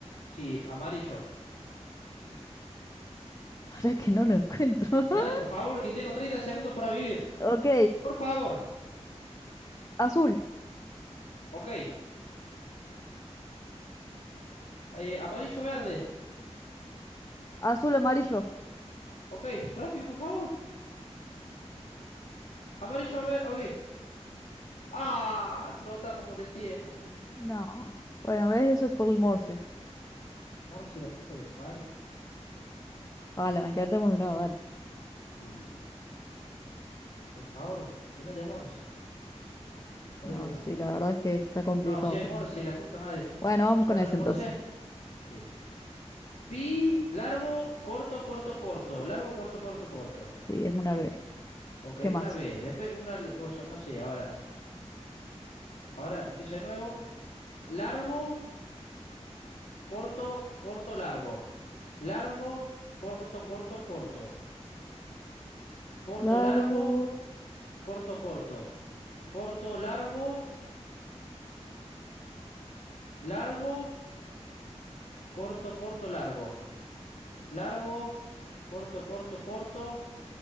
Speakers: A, on the left; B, on the left.
A: Sí, amarillo.
B: <laughs> Para que no lo encuentro. <laughs>
A: Dale, por favor, que tengo 30 segundos para vivir.
B: Ok,
A: Por favor.
B: azul,
A: Ok. eh, amarillo verde.
B: azul, amarillo.
A: Ok, rápido, por favor. Amarillo verde. Ok. Ah, explotamos por el tiempo.
B: No. Bueno, ¿ves? Eso es por el Morse.
A: Morsi, la puta que lo parió.
B: Vale, ma, intentemos de nuevo, dale.
A: Sí, sí, sí, sí. Por favor, que no haya Morse. Parece
B: No,
A: que no.
B: sí, la verdad es que está complicado
A: No, si hay
B: con
A: Morse,
B: el Morse.
A: la puta madre.
B: Bueno, vamos
A: ¿Está
B: con
A: bueno
B: ese
A: el
B: entonces.
A: Morse? Sí. Pi, largo, corto, corto, corto. Largo, corto, corto, corto.
B: Sí, es una B.
A: Ok,
B: ¿Qué más?
A: una vez. Después una le- cosa, no sé, ahora. Ahora empiezo de nuevo. Largo, corto, corto, largo. Largo, corto, corto, corto. Corto,
B: Largo.
A: largo, corto, corto. Corto, largo, largo, corto, corto, largo. Largo, corto, corto, corto,